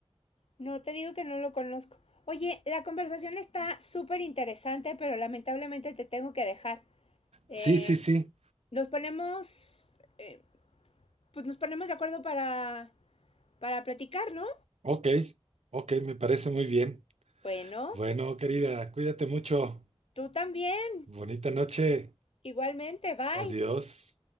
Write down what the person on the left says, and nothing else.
No, te digo que no lo conozco. Oye, la conversación está súper interesante, pero lamentablemente te tengo que dejar. Eh,
nos ponemos, eh, pues nos ponemos de acuerdo para, para platicar, ¿no?
Bueno,
tú también,
igualmente, bye.